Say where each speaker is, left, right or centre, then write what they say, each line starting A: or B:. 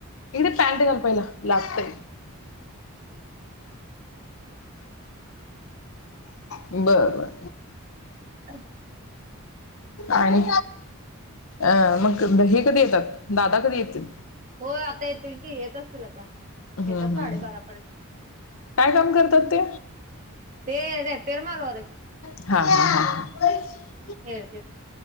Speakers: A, on the left; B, on the right.
A: इकड ये पॅन्ट घाल पहिला लागतय. बर, बर.
B: <inaudible>
A: आणि अं मग हे कधी येतात दादा कधी येतील?
B: होय आता येतील की येत असतील आता
A: हम्म,
B: येतात
A: हम्म,
B: साडेबारापर्यंत
A: हम्म. काय काम करतात ते?
B: ते ऱ्यांपीयर मागावर हाईत.
A: हां, हां, हां, हां.
B: हेरत्यात